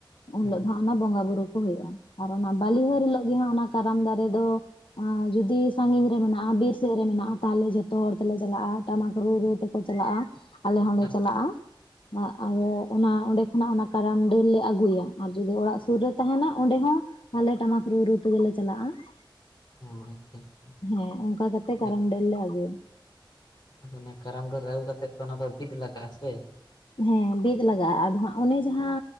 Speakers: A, on the left (about 80°); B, on the left (about 60°).
A: ᱩᱱ
B: ᱦᱮᱸ
A: ᱦᱤᱞᱳᱜ ᱫᱚ ᱦᱟᱸᱜ ᱚᱱᱟ ᱵᱚᱸᱜᱟ ᱵᱳᱩᱨᱩᱳ ᱠᱚ ᱦᱩᱭᱩᱜᱼᱟ ᱾ ᱟᱨ ᱚᱱᱟ ᱵᱞᱤᱦᱟᱨ
B: ᱟᱪᱪᱷᱟ
A: ᱦᱤᱞᱳᱜ
B: ᱟᱪᱪᱷᱟ
A: ᱜᱮ ᱦᱟᱸᱜ ᱚᱱᱟ, ᱠᱟᱨᱟᱢ ᱫᱟᱨᱮ ᱫᱚ ᱡᱩᱫᱤ ᱥᱟᱺᱜᱤᱧ ᱨᱮ ᱢᱮᱱᱟᱜᱼᱟ ᱵᱤᱨ ᱥᱮᱫ ᱨᱮ ᱢᱮᱱᱟᱜᱼᱟ, ᱛᱟᱦᱞᱮ ᱡᱷᱚᱛᱚ ᱦᱚᱲ ᱛᱮᱞᱮ ᱪᱟᱞᱟᱜᱼᱟ ᱴᱟᱢᱟᱠ ᱨᱩ ᱨᱩ ᱛᱮᱠᱚ ᱪᱟᱞᱟᱜᱼᱟ ᱟᱞᱮ ᱦᱚᱸᱞᱮ
B: ᱟᱨ
A: ᱪᱟᱞᱟᱜᱼᱟ
B: ᱠᱚ
A: ᱾ ᱟᱞᱮ ᱚᱱᱟ ᱚᱸᱰᱮ ᱠᱷᱚᱱᱟᱜ ᱚᱱᱟ ᱠᱟᱨᱟᱢ ᱰᱟᱹᱨᱞᱮ ᱟᱹᱜᱩᱭᱟ ᱟᱨ ᱡᱩᱫᱤ ᱚᱲᱟᱜ
B: ᱦᱮᱸ
A: ᱥᱩᱨ ᱨᱮ, ᱛᱟᱦᱮᱱᱟ ᱚᱸᱰᱮ ᱦᱚᱸ ᱛᱟᱦᱞᱮ ᱴᱟᱢᱟᱠ ᱨᱩ ᱨᱩ ᱛᱮᱜᱮᱞᱮ ᱪᱟᱞᱟᱜᱼᱟ ᱾
B: ᱚ ᱟᱪᱪᱷᱟ ᱟᱪᱪᱷᱟ
A: ᱦᱮᱸ ᱚᱱᱠᱟ ᱠᱟᱛᱮ
B: ᱟᱫᱚ
A: ᱠᱟᱨᱟᱢ ᱰᱟᱹᱨ ᱞᱮ ᱟᱹᱜᱩᱭᱟ ᱾
B: ᱚᱱᱟ ᱠᱟᱨᱟᱢ ᱰᱷᱟᱹᱨ ᱟᱹᱜᱩ ᱠᱟᱛᱮᱜ ᱛᱚ ᱚᱱᱟ ᱫᱚ ᱵᱤᱫ ᱞᱟᱜᱟᱜᱼᱟ ᱥᱮ?
A: ᱦᱮᱸ ᱵᱤᱫ ᱞᱟᱜᱟᱜᱼᱟ ᱟᱫᱚ ᱦᱟᱜ ᱚᱱᱮ ᱡᱟᱦᱟᱸ